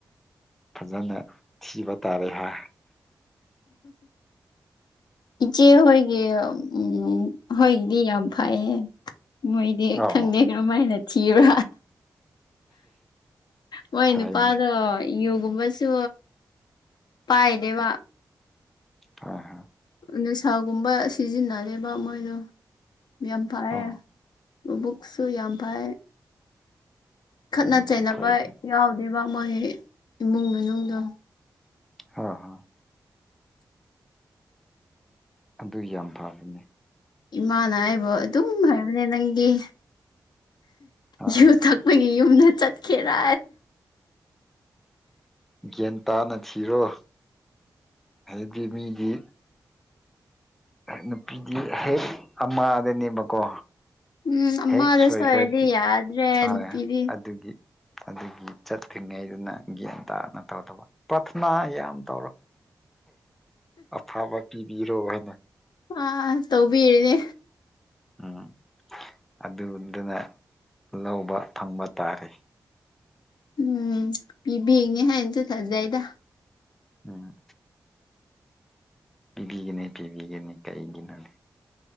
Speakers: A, in the centre; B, on the left.
A: ꯐꯖꯅ ꯊꯤꯕ ꯇꯥꯔꯦ ꯍꯥꯏ
B: ꯏꯆꯦ ꯍꯣꯏꯒꯤ ꯎꯝ ꯍꯣꯏꯒꯤꯗꯤ ꯌꯥꯝ ꯐꯩꯌꯦ ꯃꯣꯏꯗꯤ
A: ꯑꯧ
B: ꯈꯪꯗꯦ ꯀꯔꯝꯃꯥꯏꯅ ꯊꯤꯕ ꯃꯣꯏ
A: ꯐꯩꯅꯦ
B: ꯅꯨꯄꯥꯗꯣ ꯌꯣꯒꯨꯝꯕꯁꯨ ꯄꯥꯏꯗꯦꯕ
A: ꯍ ꯍ
B: ꯅꯤꯁꯥꯒꯨꯝꯕ ꯁꯤꯖꯤꯟꯅꯗꯦꯕ ꯃꯣꯏꯗꯣ ꯌꯥꯝ ꯐꯩ
A: ꯑꯣ
B: ꯃꯕꯨꯛꯁꯨ ꯌꯥꯝ ꯐꯩ ꯈꯠꯅ
A: ꯎꯝ
B: ꯆꯩꯅꯕ
A: ꯐꯩꯅꯦ
B: ꯌꯥꯎꯗꯦꯕ ꯃꯣꯏ ꯏꯃꯨꯡ ꯃꯅꯨꯡꯗꯣ
A: ꯍꯥꯥ ꯑꯗꯨ ꯌꯥꯝ ꯐꯕꯅꯤ
B: ꯏꯃꯥꯅ ꯍꯥꯏꯕ ꯑꯗꯨꯝ ꯍꯥꯏꯕꯅꯦ ꯅꯪꯒꯤ
A: ꯍꯥ
B: ꯌꯨ ꯊꯛꯄꯒꯤ ꯌꯨꯝꯗ ꯆꯠꯀꯦꯔ
A: ꯒꯦꯟ ꯇꯥꯅ ꯊꯤꯔꯣ ꯍꯥꯏꯗꯤ ꯃꯤꯗꯤ ꯅꯨꯄꯤꯗꯤ ꯍꯦꯛ ꯑꯃꯗꯅꯦꯕꯀꯣ
B: ꯎꯝ ꯑꯃꯗ
A: ꯍꯦꯛ ꯁꯣꯏꯈ꯭ꯔꯗꯤ
B: ꯁꯣꯏꯔꯗꯤ ꯌꯥꯗ꯭ꯔꯦ
A: ꯍꯣꯏ
B: ꯅꯨꯄꯤꯗꯤ
A: ꯑꯗꯨꯒꯤ ꯑꯗꯨꯒꯤ ꯆꯠꯇꯠꯇ꯭ꯔꯤꯉꯩꯗꯨꯅ ꯒ꯭ꯌꯥꯟ ꯇꯥꯅ ꯇꯧꯗꯕ ꯄ꯭ꯔꯊꯅꯥ ꯌꯥꯝ ꯇꯧꯔꯣ ꯑꯐꯕ ꯄꯤꯕꯤꯔꯣ ꯍꯥꯏꯅ
B: ꯑꯥ ꯇꯧꯕꯤꯔꯤꯅꯦ
A: ꯎꯝ ꯑꯗꯨꯗꯨꯅ ꯂꯧꯕ ꯐꯪꯕ ꯇꯥꯔꯦ
B: ꯎꯝ ꯄꯤꯕꯤꯅꯤ ꯍꯥꯏꯅ ꯆꯠꯊꯥꯖꯩꯗ
A: ꯎꯝ ꯄꯤꯕꯤꯒꯅꯤ ꯄꯤꯕꯤꯒꯅꯤ ꯀꯩꯒꯤꯅꯣꯅꯦ